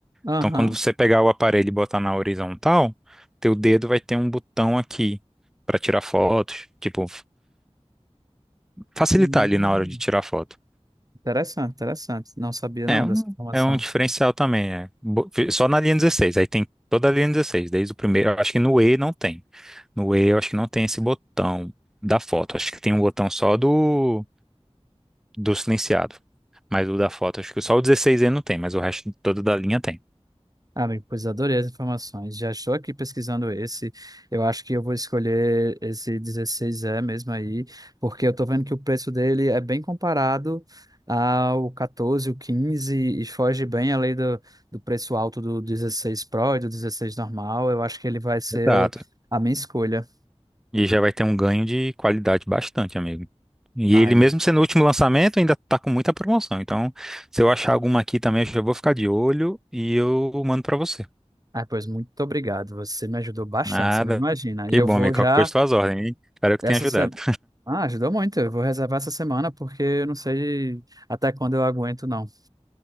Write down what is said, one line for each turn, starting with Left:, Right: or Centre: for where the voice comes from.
Right: Aham.
Centre: Então, quando você pegar o aparelho e botar na horizontal, teu dedo vai ter um botão aqui para tirar fotos, tipo, facilitar
Right: Hum,
Centre: ali na hora de tirar foto.
Right: interessante, interessante. Não sabia não
Centre: É um,
Right: dessa informação.
Centre: é um diferencial também, é. Bo- Só na linha 16, aí tem toda a linha 16, desde o primeiro. Eu acho que no E não tem. No E eu acho que não tem esse botão da foto. Acho que tem um botão só do, do silenciado. Mas o da foto, acho que só o 16E não tem, mas o resto todo da linha tem.
Right: Ah, amigo, pois adorei as informações. Já estou aqui pesquisando esse. Eu acho que eu vou escolher esse 16E mesmo aí, porque eu estou vendo que o preço dele é bem comparado ao 14, o 15 e foge bem além do, do preço alto do 16 Pro e do 16 normal. Eu acho que ele vai ser
Centre: Exato.
Right: a minha escolha.
Centre: E já vai ter um ganho de qualidade bastante, amigo. E
Right: Ai,
Centre: ele,
Right: amigo.
Centre: mesmo sendo o último lançamento, ainda tá com muita promoção. Então, se eu achar alguma aqui também, eu já vou ficar de olho e eu mando pra você.
Right: Ah, pois muito obrigado. Você me ajudou bastante,
Centre: Nada.
Right: você não imagina.
Centre: Que
Right: E eu
Centre: bom,
Right: vou
Centre: amigo.
Right: já
Centre: Qualquer coisa, tuas ordens, hein? Espero que
Right: Essa
Centre: tenha ajudado.
Right: semana. Ah, ajudou muito. Eu vou reservar essa semana porque eu não sei até quando eu aguento, não.